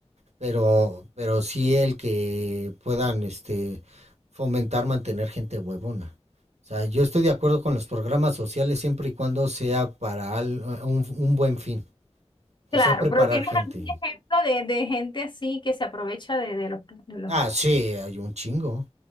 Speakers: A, on the right; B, on the left.
A: Pero, pero sí el que puedan, este, fomentar mantener gente huevona. O sea, yo estoy de acuerdo con los programas sociales siempre y cuando sea para al- un un buen fin.
B: Claro,
A: Que sea preparar
B: pero ¿tienes
A: gente.
B: algún ejemplo de, de gente así que se aprovecha de, de los, de los
A: Ah, sí, hay un chingo.